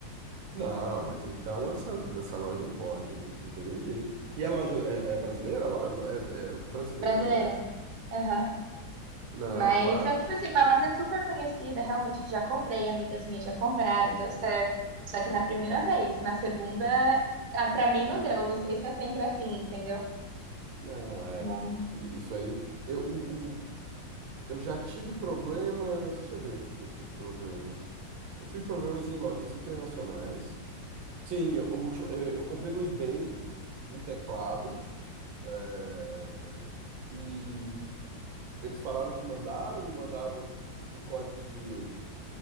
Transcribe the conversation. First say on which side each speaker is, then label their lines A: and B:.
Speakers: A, on the right; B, on the right.
A: não, mas então essa, essa loja não pode, não, não tem nem jeito. E a loja é, é brasileira? A loja? É, é brasileira,
B: Brasileira.
A: né, a loja?
B: Aham.
A: Não,
B: Mas
A: pá.
B: é tipo assim, Mamas é super conhecida, realmente já comprei, amigas minhas já compraram, deu certo. Só que na primeira vez, na segunda, ah, pra mim não deu, não sei se é sempre assim, entendeu?
A: Não, é.
B: Não.
A: I- Isso aí. Eu, o, o- eu já tive problemas. Deixa eu ver o que que eu tive problemas. Eu tive problemas em lojas internacionais. Sim, eu, o último, eu, eu comprei no eBay um teclado. é, e eles falaram que mandaram, me mandaram o código de,